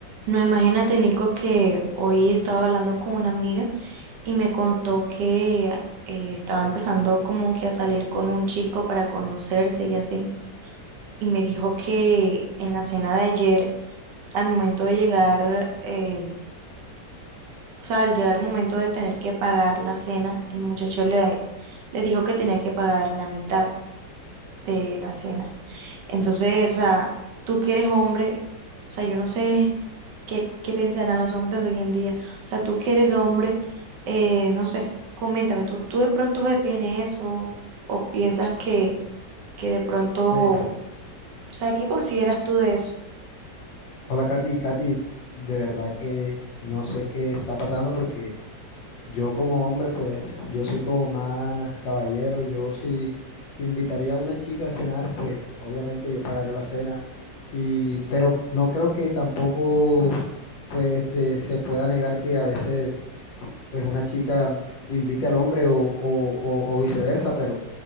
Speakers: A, on the right; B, on the left.
A: No, imagínate, Nico, que hoy estaba hablando con una amiga y me contó que eh, estaba empezando como que a salir con un chico para conocerse y así. Y me dijo que en la cena de ayer, al momento de llegar, eh, o sea, al llegar el momento de tener que pagar la cena, el muchacho le, le dijo que tenía que pagar la mitad de la cena. Entonces, o sea, tú que eres hombre, o sea, yo no sé ¿Qué, qué pensarán los hombres de hoy en día? O sea, tú que eres hombre, eh, no sé, coméntame, ¿tú, tú de pronto ves bien eso o piensas que, que de pronto,
B: Pues,
A: o sea, ¿qué consideras tú de eso?
B: hola Katy, Katy, de verdad que no sé qué está pasando porque yo como hombre, pues yo soy como más caballero, yo si invitaría a una chica a cenar, pues obviamente yo pagaría la cena, y, pero no creo que tampoco pues este, se pueda negar que a veces pues una chica invite al hombre o, o, o- o viceversa, pero